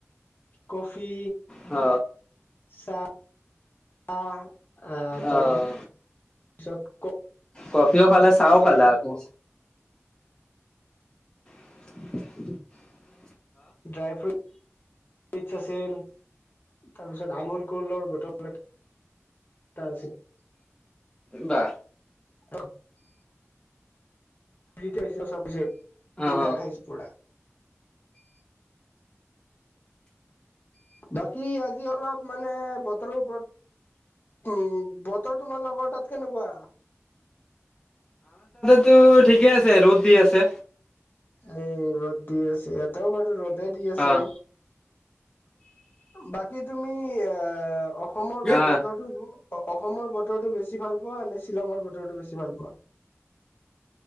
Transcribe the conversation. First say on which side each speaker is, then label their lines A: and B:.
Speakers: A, on the left (about 45°); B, on the left (about 20°).
A: কফি
B: অ
A: চাহ আহ তাৰপিছত
B: অ'
A: তাৰ পিছত ক
B: কফিও খালা
A: কল
B: চাহও
A: আছিল
B: খালা আকৌ <inaudible>
A: ড্ৰাই ফ্ৰুট ইটছ আছিল তাৰপিছত আমোল কলৰ বতল টা আছে।
B: বা
A: <unintelligible> <unintelligible> পুৰা
B: অ' অ'
A: খাইছো পুৰা বাকী আজি অলপ মানে বতৰৰ ওপৰত টো বতৰ তোমাৰ লোকৰ তাত কেনেকুৱা‌?
B: টো ঠিকে আছে ৰ'দ দি আছে্
A: এই ৰ'দ দি আছে এটাও বাৰু ৰ'দে দি আছে
B: অ'
A: বাকী তুমি <unintelligible> অসমৰ
B: অ'
A: বতৰটো অসমৰ বতৰটো বেছি ভাল পোৱা নে শ্বিলঙৰ বতৰটো বেছি ভাল পোৱা? <inaudible>